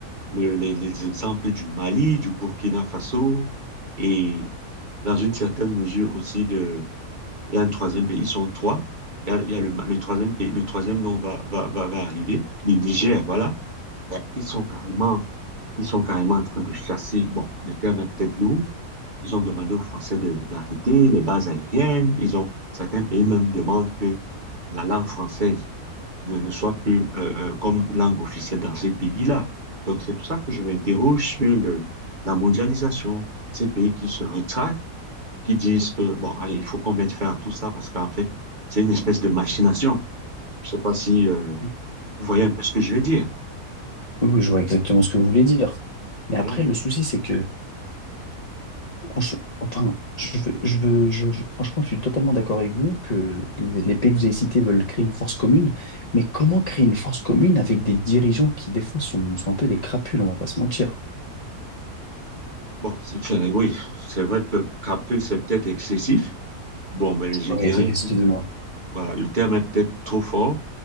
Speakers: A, on the right (about 35°); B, on the left (about 45°).
A: le- les, les exemples du Mali, du Burkina Faso et dans une certaine mesure aussi de, il y a un troisième pays, ils sont trois. Il y a, il y a le, le troisième pays, le troisième nom va, va, va, va arriver, le Niger, voilà. Ben, Ils sont carrément, ils sont carrément en train de chasser. Bon, le terme est peut-être lourd. Ils ont demandé aux Français de- d'arrêter les bases aériennes. Ils ont, certains pays même demandent que la langue française ne, ne soit plus euh, euh, comme langue officielle dans ces pays-là. Donc, c'est pour ça que je m'interroge sur le, la mondialisation, ces pays qui se rétractent, qui disent que, bon, allez, il faut qu'on mette fin à tout ça parce qu'en fait, c'est une espèce de machination. Je sais pas si euh,
B: Oui,
A: vous voyez un peu ce que je veux dire.
B: oui, je vois exactement ce que vous voulez dire. Mais
A: Voilà.
B: après, le souci, c'est que... en Enfin, je veux, je veux, je- je- franchement, je suis totalement d'accord avec vous que les, les pays que vous avez cités veulent créer une force commune. Mais comment créer une force commune avec des dirigeants qui, des fois, sont, sont un peu des crapules, on va pas se mentir.
A: Bon, c'est- enfin, oui, c'est vrai que capule, c'est peut-être excessif. Bon, ben, je
B: Oui,
A: dirais
B: excusez-moi.
A: que voilà, le terme est peut-être trop fort,